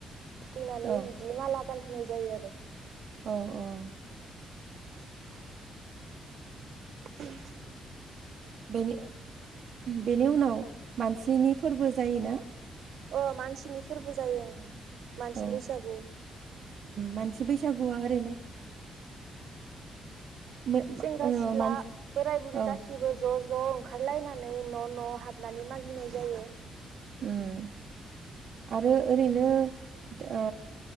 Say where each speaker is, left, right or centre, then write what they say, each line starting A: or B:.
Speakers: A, on the right; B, on the right.
A: थुखैनानै
B: औ
A: बिदि माला गानहोनाय जायो आरो
B: अह अह।
A: <inaudible> उम
B: बेनि बेनि उनाव मानसिनि फोरबो जायोना?
A: ओ मानसिनि फोरबो जायो ओं मानसि
B: औ
A: बैसागु।
B: मानसि बैसागुवा ओरैनो मो मा
A: सेंग्रा
B: ओ
A: सिख्ला
B: मानसि
A: बोराय बुरि
B: औ
A: गासिबो ज' ज ज' ओंखारलायनानै न' न' हाबनानै मागिनाय जायो।
B: ओम आरो ओरैनो ओ